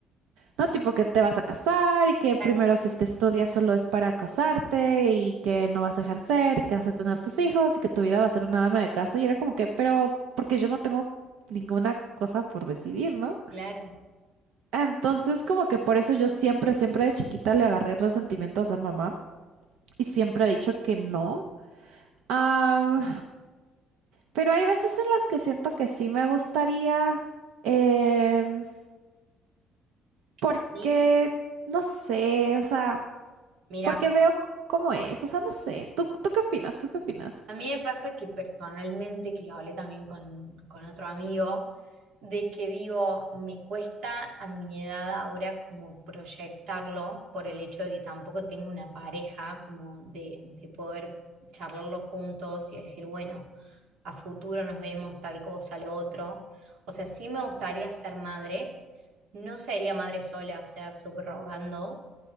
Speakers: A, on the right (about 85°); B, on the right (about 70°).
A: No, tipo que te vas a casar y que primero
B: Exacto.
A: si es que estudias solo es para casarte y que no vas a ejercer y que vas a tener tus hijos y que tu vida va a ser una dama de casa. Y era como que, pero porque yo no tengo ninguna cosa por decidir, ¿no?
B: Claro.
A: Entonces, como que por eso yo siempre, siempre de chiquita le agarré resentimiento a ser mamá y siempre he dicho que no. Am, pero hay veces en las que siento que sí me gustaría, em, porque,
B: A mí,
A: no sé, o sea,
B: mira.
A: porque veo c- cómo es, o sea, no sé, ¿tú, tú qué opinas? ¿Tú qué opinas?
B: A mí me pasa que personalmente, que lo hablé también con, con otro amigo, de que digo, me cuesta a mi edad ahora como proyectarlo por el hecho de que tampoco tengo una pareja, como de, de poder charlarlo juntos y decir, bueno, a futuro nos vemos tal cosa, lo otro. O sea, sí me gustaría ser madre, no sería madre sola, o sea, subrogando